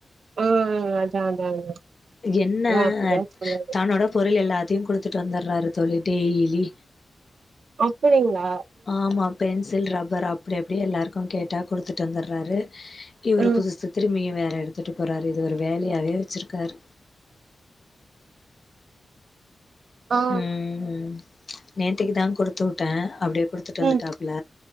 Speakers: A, on the right (about 75°); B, on the left (about 35°).
A: ம் அதா அதா அதா
B: என்ன
A: அப்டிதா சொல்லணு
B: தன்னோட பொருள் எல்லாத்தையு குடுத்துட்டு வந்தர்றாரு தோழி டெய்லி
A: அப்படிங்ளா
B: ஆமா பென்சில், ரப்பரு அப்டி அப்டியே எல்லாருக்கு கேட்டா குடுத்துட்டு வந்தர்றாரு இவரு
A: ம்
B: புதுசு திரும்பியு வேற எடுத்துட்டு போறாரு இது ஒரு வேலையாவே வெச்சிருக்காரு
A: ஆ ஆ
B: ம் ம் நேத்திக்கு தா குடுத்துவுட்டே அப்டியே குடுத்துட்டு வந்துட்டாப்ல
A: ம்